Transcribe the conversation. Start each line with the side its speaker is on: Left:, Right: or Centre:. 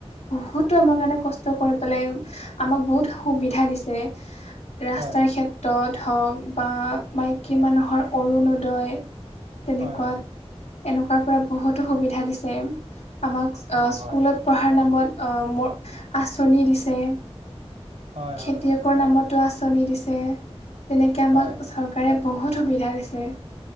Left: বহুতো আমাৰ কাৰণে কষ্ট কৰি পেলাই আমাক বহুত সুবিধা দিছে। ৰাস্তাৰ
Right: হয়
Left: ক্ষেত্ৰত হওক বা মাইকী মানুহৰ অৰুণোদয় তেনেকুৱাত,
Right: হয় হয়
Left: এনেকুৱাৰ পৰা বহুতো সুবিধা দিছে। আমাক
Right: হয়
Left: স্কুলত
Right: হয়
Left: পঢ়াৰ নামত অ' মোৰ আঁচনি দিছে।
Right: হয় হয়
Left: খেতিয়কৰ
Right: হয়
Left: নামতো আঁচনি দিছে। তেনেকে আমাক
Right: হয়
Left: চৰকাৰে বহুত সুবিধা দিছে।